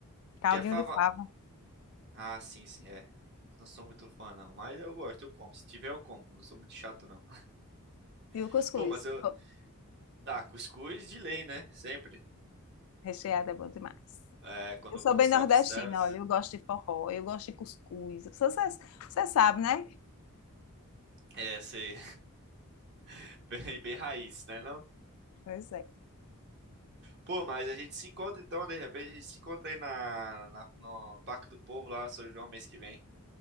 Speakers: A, on the left (about 65°); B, on the right (about 50°).
A: Caldinho
B: Que a fava.
A: de fava.
B: Ah, sim, sim, é. Não sou muito fã, não. Mas eu gosto, eu como. Se tiver, eu como. Não sou muito chato, não.
A: E
B: <laughs>
A: o cuscuz.
B: Pô, mas eu.
A: Co-
B: Ah, cuscuz de lei, né? Sempre.
A: Recheado é bom demais.
B: É, quando
A: Eu
B: eu
A: sou
B: vou no
A: bem
B: self-service.
A: nordestina, olha, eu gosto de forró, eu gosto de cuscuz. Você, você você sabe, né?
B: É, sei. <laughs> Bem, bem raiz, né, não?
A: Pois é,
B: Pô, mas a gente se encontra então, de repente, a gente se encontra aí na, na- no Parque do Povo, lá, em São João, mês que vem.